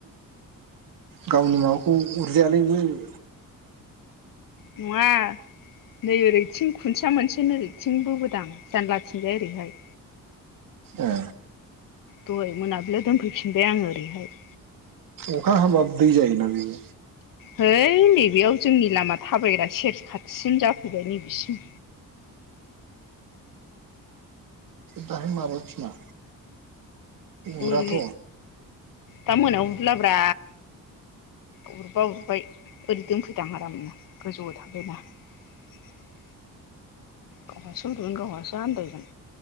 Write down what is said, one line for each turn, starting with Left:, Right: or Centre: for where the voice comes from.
Right: गावनि माबाखौ उरजायालै बियो।
Left: नङा दै <unintelligible> <unintelligible> खुन्थिया मोनसे नोरैथिं बोबोदां जानलाथिंजाय ओरैहाय।
Right: ए
Left: दहाय मोनाबिलियाव दोनफैफिनबाय आंङो ओरैहाय।
Right: अखा हाबाबो दै जायो ना बियो।
Left: है नैबेयाव जोंनि लामा थाबायग्रा सेर खाथिसिन जाफैबाय नैबेसिम।
Right: दाहाय माबा खिना उराथ'
Left: ओरै दा मोनायाव उरलाब्रा। उरबा उरबाय ओरै दोनफैदां आरामनो गोजौआव थाबायना। <unintelligible> गावहासो उन्दुगोन गावहासो आन्दायगोन।